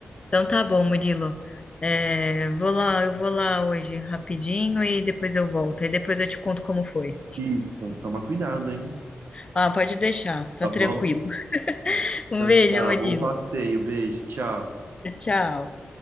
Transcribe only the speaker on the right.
Isso, toma cuidado, hein?
Tá
bom?
Então
tá,
bom passeio, beijo, tchau.